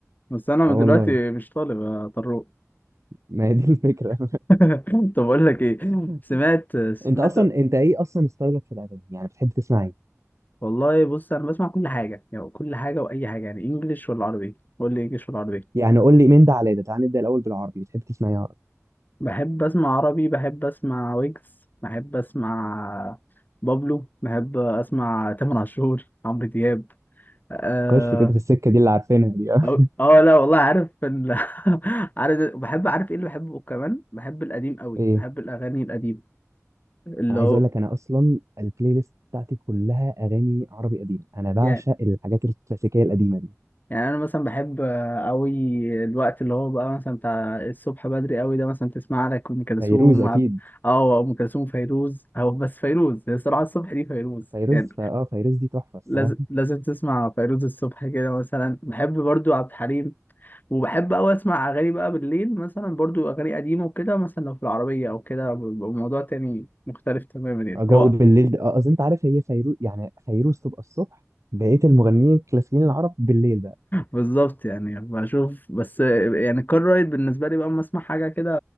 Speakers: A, on the left (about 35°); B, on the right (about 65°).
A: بس انا
B: اه
A: دلوقتي
B: والله
A: مش طالب يا طروق
B: ما هي دي الفكره
A: <laughs> طب اقول لك ايه
B: <laughs>
A: سمعت سمعت
B: انت اصلا انت ايه اصلا ستايلك في الاغاني يعني بتحب تسمع ايه
A: والله بص انا بسمع كل حاجه يعني كل حاجه واي حاجه يعني انجلش ولا عربي؟ قول لي انجلش ولا عربي
B: يعني قول لي من ده على ده تعال نبدا الاول بالعربي بتحب تسمع ايه عربي
A: بحب اسمع عربي بحب اسمع ويجز بحب اسمع بابلو بحب اسمع تامر عاشور عمرو دياب اه
B: خش كده في السكه دي اللي عارفينها دي <laughs> اه
A: أو- اه لا والله عارف ال... <laughs> عارف بحب عارف ايه اللي بحبه كمان بحب القديم قوي
B: ايه
A: بحب الاغاني القديم اللي
B: انا عايز
A: هو
B: اقول لك انا اصلا البلاي ليست بتاعتي كلها اغاني عربي قديم انا بعشق
A: يعني
B: الحاجات الكلاسيكيه القديمه دي
A: يعني انا مثلا بحب قوي الوقت اللي هو بقى مثلا بتاع الصبح بدري قوي ده مثلا تسمع لك ام كلثوم
B: فيروز اكيد
A: عبد- اه ام كلثوم فيروز او بس فيروز هي الصراحه الصبح دي فيروز
B: فيروز
A: يعني
B: فا اه فيروز دي تحفه الصراحه
A: لازم لازم تسمع فيروز الصبح كده مثلا بحب برضو عبد الحليم وبحب أوي أسمع أغاني بقى بالليل مثلا برضو أغاني قديمة وكده مثلا لو في العربية أو كده بيبقى الموضوع تاني مختلف تماما يعني
B: آه، جو
A: هو
B: بالليل ده اه اصل انت عارف هي فيروز يعني فيروز تبقى الصبح بقيه المغنيين الكلاسيكيين العرب بالليل بقى
A: بالظبط يعني بشوف بس يعني كار رايد بالنسبة لي بقى أما أسمع حاجة كده